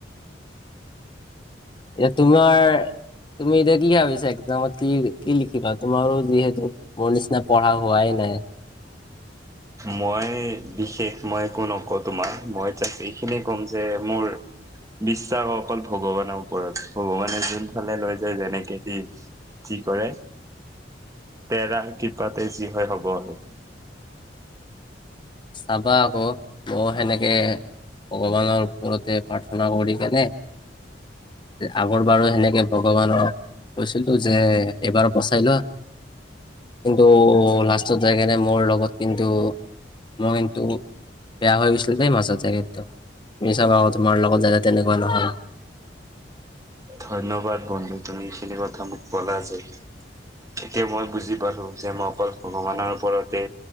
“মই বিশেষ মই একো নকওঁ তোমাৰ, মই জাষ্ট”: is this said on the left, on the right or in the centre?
Right